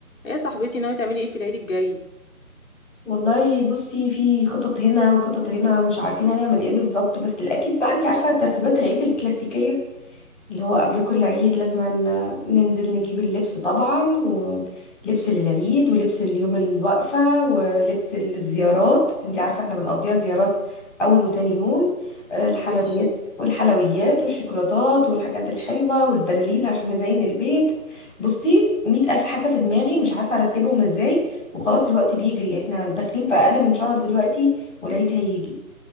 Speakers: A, on the left; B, in the centre.
A: ايه يا صاحبتي ناوي تعملي ايه في العيد الجاي
B: والله بصي في خطط هنا وخطط هنا مش عارفين هنعمل ايه بالظبط بس الاكيد بقى انت عارفه ترتيبات العيد الكلاسيكيه اللي هو قبل كل عيد لازم ن- ننزل نجيب اللبس طبعا ولبس للعيد ولبس اليوم الوقفه ولبس الزيارات انت عارفه احنا بنقضيها زيارات اول وتاني يوم آه، الحلويات
A: وش
B: والحلويات والشوكولاتات والحاجات الحلوه والبلالين عشان نزين البيت بصي مئة ألف حاجه في دماغي مش عارفه ارتبهم ازاي وخلاص الوقت بيجري احنا داخلين في اقل من شهر دلوقتي والعيد هيجي